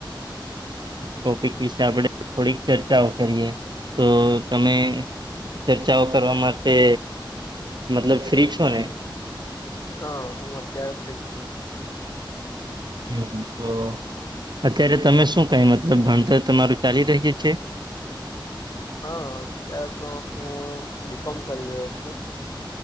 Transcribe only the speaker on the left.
હા હું અત્યારે ફ્રી જ છું.
હા અત્યાર તો હું બીકોમ કરી રહ્યો છું.